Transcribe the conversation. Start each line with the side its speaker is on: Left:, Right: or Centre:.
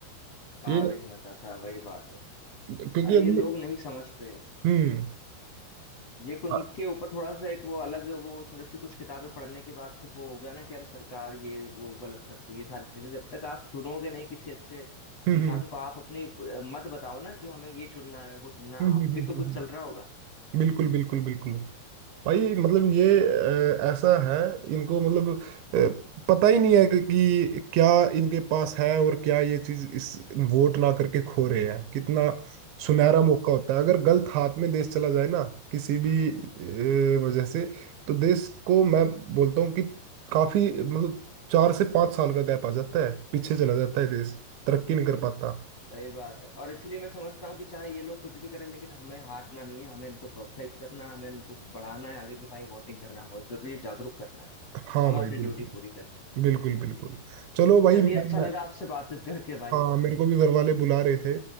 Left: कहाँ
Right: ये
Left: देखना चाहता है वही बात है
Right: क्योंकि
Left: अरे
Right: अभी
Left: ये लोग नहीं समझते
Right: हम्म
Left: ये कि उनके
Right: हाँ,
Left: ऊपर थोड़ा सा एक वो अलग वो थोड़ी सी कुछ किताबें पढ़ने के बाद फिर वो हो गया ना कि यार सरकार ये वो गलत करती है ये सारी चीजें जब तक आप चुनोगे नहीं किसी अच्छे
Right: हम्म
Left: इंसान
Right: हम्म
Left: को आप अपनी अ, मत बताओ ना कि हमें ये चुनना है वो चुनना
Right: हम्म
Left: है
Right: हम्म,
Left: आप भी
Right: हम्म,
Left: तो कुछ
Right: हम्म, हम्म,
Left: चल रहा होगा
Right: बिल्कुल बिल्कुल बिल्कुल भाई मतलब ये अ, ऐसा है इनको मतलब अ, पता ही नहीं है कि, कि क्या इनके पास है और क्या ये चीज इस वोट ना करके खो रहे हैं कितना सुनहरा मौका होता है अगर गलत हाथ में देश चला जाए ना किसी भी अ, वजह से तो देश को मैं बोलता हूँ कि काफी मतलब चार से पांच साल का गैप आ जाता है पीछे चला जाता है देश तरक्की नहीं कर पाता
Left: सही बात है और इसलिए मैं समझता हूँ कि चाहे ये लोग कुछ भी करें लेकिन हमें हारना नहीं है हमें इनको प्रोत्साहित करना है हमें इनको बढ़ाना है आगे की भाई वोटिंग करना बहुत जरूरी है जागरूक करना है
Right: हाँ
Left: हमें
Right: भाई
Left: अपनी
Right: बिल्कुल
Left: ड्यूटी पूरी करनी
Right: बिल्कुल बिल्कुल चलो भाई
Left: है। चलिए
Right: मैं,
Left: अच्छा
Right: मैं
Left: लगा आपसे बातचीत करके भाई
Right: हाँ
Left: बहुत
Right: मेरे को भी घर वाले बुला रहे थे